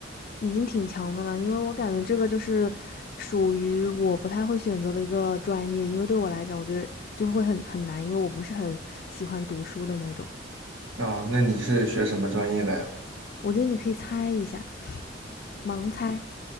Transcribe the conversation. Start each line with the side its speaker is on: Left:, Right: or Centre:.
Left: 已经挺强的了，因为我感觉这个就是属于我不太会选择的一个专业，因为对我来讲，我觉得就会很很难，因为我不是很喜欢读书的那种。
Right: 啊、那你是学什么专业的呀？
Left: 我觉得你可以猜一下，盲猜，